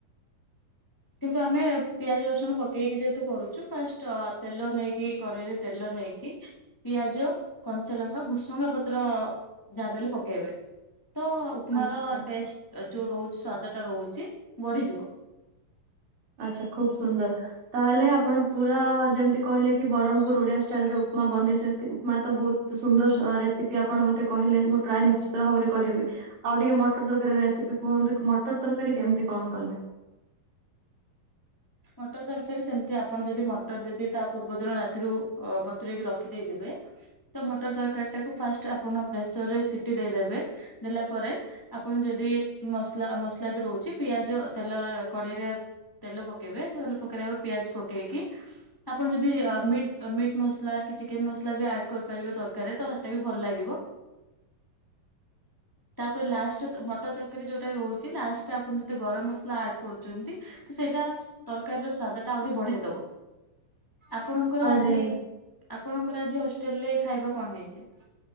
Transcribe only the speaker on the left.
କିନ୍ତୁ ଆମେ ପିଆଜ ରସୁଣ ପକେଇକି ଯେହେତୁ କରୁଛୁ ଫାଷ୍ଟ ତେଲ ନେଇକି କଡ଼େଇରେ ତେଲ ନେଇକି ପିଆଜ, କଞ୍ଚାଲଙ୍କା, ଭୃସୁଙ୍ଗା ପତ୍ର, ଯାହା ବି ହେଲେ ପକେଇବେ। ତ ଉପମାର
ଟେଷ୍ଟ ଯୋଉ ରହୁଛି ସ୍ଵାଦ ଟା ରହୁଛି ବଢିଯିବ।
ମଟର ତରକାରୀ ସେମିତି ଆପଣ ଯଦି ମଟର ଯଦି ତା ପୂର୍ବ ଦିନ ରାତିରୁ ବତୁରେଇକି ରଖିଦେଇଥିବେ। ତ ମଟର ତରକାରୀଟାକୁ ଫାଷ୍ଟ ଆପଣ ପ୍ରେସରରେ ସିଟି ଦେଇଦବେ ଦେଲା ପରେ। ଆପଣ ଯଦି ମସଲା ମସଲା ବି ରହୁଛି ପିଆଜ ତେଲ କଡେଇରେ ତେଲ ପକେଇବେ ତାହେଲେ ପକେଇବା ପିଆଜ ପକେଇକି ଆପଣ ଯଦି ଅ ମିଟ-ମିଟ୍ ମସଲା କି ଚିକେନ ମସଲା ବି ଆଡ୍ କରିପାରିବେ ତରକାରୀରେ ତ ସେଟାବି ଭଲ ଲାଗିବ।
ତାପରେ ଲାଷ୍ଟ ମଟର ତରକାରୀ ଯୋଉଟା ରହୁଛି ଲାଷ୍ଟ ଆପଣ ଯଦି ଗରମ ମସଲା ଆଡ୍ କରୁଛନ୍ତି। ତ ସେଇଟା ତରକାରୀରର ସ୍ଵାଦ ଟା ଆହୁରି ବଢେଇ ଦବ ଆପଣଙ୍କର
ଆଜି ଆପଣଙ୍କର ଆଜି ହଷ୍ଟେଲ ରେ ଖାଇବା କଣ ହେଇଛି?